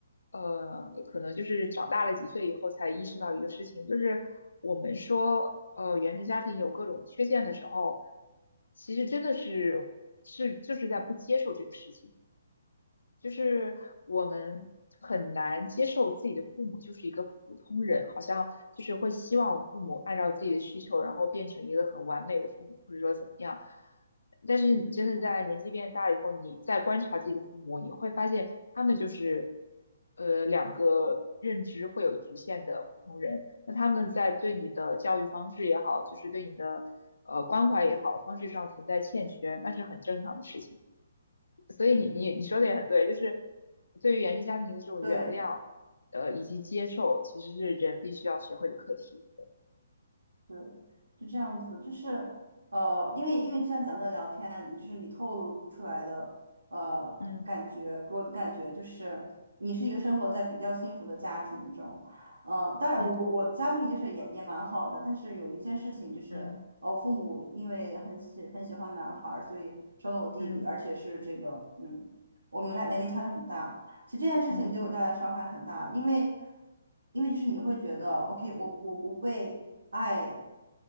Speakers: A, on the left; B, on the right.
A: 呃，可能就是长大了几岁以后才意识到一个事情，就是我们说呃原生家庭有各种缺陷的时候，其实真的是是就是在不接受这个事情。就是我们很难接受自己的父母就是一个普通人，好像就是会希望父母按照自己的需求，然后变成一个很完美的父母，或者说怎么样。但是你真的在年纪变大以后，你再观察自己的父母，你会发现他们就是，呃，两个认知会有局限的普通人。那他们在对你的教育方式也好，就是对你的呃关怀也好，方式上存在欠缺，那是很正常的事情。所以你你你说的也很对，就是对于原生家庭的这种原谅，
B: 对，
A: 呃，以及接受，其实是人必须要学会的课题。
B: 对，是这样子的，就是呃，因为因为像咱们的聊天，就是你透露出来的呃感觉，
A: 嗯
B: 给我的感觉就是你是一个生活在比较幸福的家庭中，呃，当然我我的家庭就是也也蛮好的，
A: 嗯
B: 但是有一件事情就是，
A: 嗯
B: 呃我父母因为很喜很喜欢男孩儿，所以生了我弟弟，
A: 嗯
B: 而且是这个嗯，我们俩年龄差的很大，其实这件事情对我带来伤害很大的因为
A: 嗯
B: 因为就是你会觉得，OK，我我不被。爱